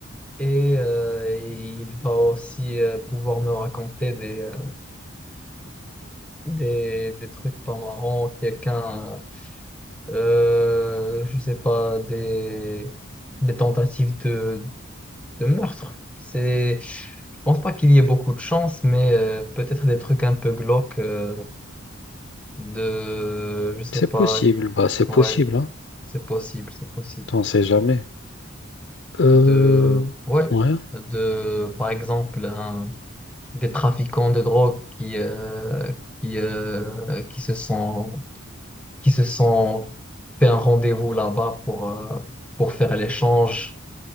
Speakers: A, in the centre; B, on the left (about 50°).
A: et euh, il va aussi euh, pouvoir me raconter des, euh, des, des trucs pas marrants, quelqu'un, euh, je sais pas, des, des tentatives de, de meurtre. C'est, je pense pas qu'il y ait beaucoup de chance, mais euh, peut-être des trucs un peu glauques euh, de, je sais
B: C'est
A: pas,
B: possible, bah c'est possible,
A: ouais,
B: hein.
A: c'est possible, c'est possible.
B: T'en sais jamais. Euh,
A: De, ouais,
B: ouais,
A: de, par exemple, un des trafiquants de drogue qui, euh, qui, euh, qui se sont, qui se sont fait un rendez-vous là-bas pour, euh, pour faire l'échange.